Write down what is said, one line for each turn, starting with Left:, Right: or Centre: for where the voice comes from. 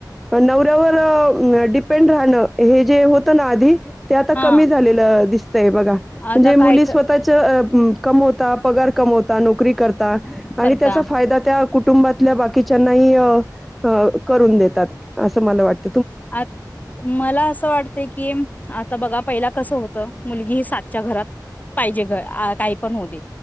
Centre: नवऱ्यावर डिपेंड राहणं हे जे होत ना आधी ते आता
Left: हा
Centre: कमी झालेलं दिस. बघा म्हणजे
Left: आता
Centre: मुली
Left: काय
Centre: स्वतःच्या कम होता पगार कम होता नोकरी करता.
Left: करता
Centre: आणि त्याचा फायदा त्या कु कुंबातल्या बाकी ना करून देतात असं मला वाटत.
Left: आ मला असं वाटत की आता बघा पहि कस होत मुलगी सातच्या घरात पाहिजे काही पण हो दे.